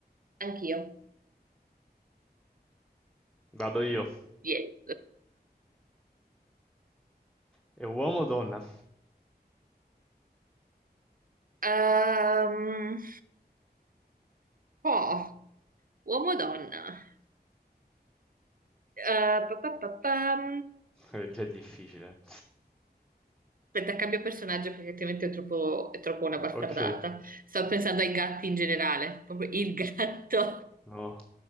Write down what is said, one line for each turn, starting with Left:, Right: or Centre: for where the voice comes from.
Right: anch'io.
Centre: Vado io.
Right: Yes.
Centre: È uomo o donna?
Right: Ehm, oh, Uomo o donna? Eh, pa, pa, pa, pam.
Centre: È già difficile.
Right: Aspetta, cambio personaggio perché altrimenti è troppo, è troppo una bastardata.
Centre: Ok.
Right: Stavo pensando ai gatti in generale, proprio il gatto.
Centre: No.